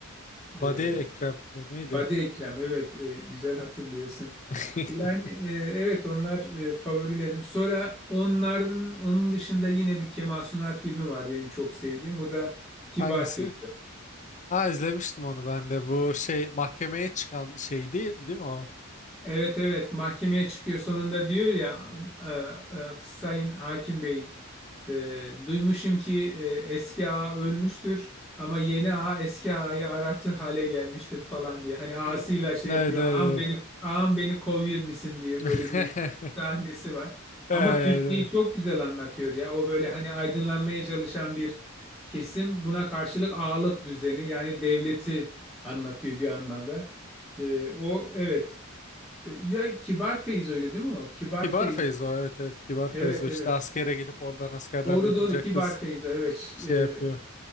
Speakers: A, on the left (about 35°); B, in the centre.
A: Badi
B: Ee,
A: Ekrem neydi?
B: Badi Ekrem. Evet, e, güzel hatırlıyorsun.
A: <laughs>
B: Yani e, evet onlar e, favorilerim. Sonra onların onun dışında yine bir Kemal Sunal filmi var benim çok sevdiğim. O da Kibar
A: Hangisi?
B: Feyzo.
A: Ha izlemiştim onu ben de. Bu şey mahkemeye çıkan şey değil, değil mi o?
B: Evet evet mahkemeye çıkıyor sonunda diyor ya e, e, Sayın Hakim Bey e, duymuşum ki e, eski ağa ölmüştür ama yeni ağa eski ağayı arartır hale gelmiştir falan diye. Hani ağasıyla
A: Ee,
B: şey
A: Evet,
B: yapıyor
A: evet,
B: ağam beni ağam beni kovur misin diye
A: evet.
B: böyle bir
A: <laughs>
B: sahnesi var.
A: Evet,
B: Ama Türkiye'yi
A: evet.
B: çok güzel anlatıyor ya o böyle hani aydınlanmaya çalışan bir kesim buna karşılık ağalık düzeni yani devleti anlatıyor bir anlamda. E, o evet e, Ya Kibar Feyzo öyle değil mi o? Kibar
A: Kibar
B: Feyzo.
A: Feyzo evet evet Kibar
B: Evet
A: Feyzo işte
B: evet.
A: askere gidip oradan askerden
B: Doğru
A: dönünce
B: doğru Kibar
A: kız
B: Feyzo. Evet.
A: şey
B: e,
A: yapıyor.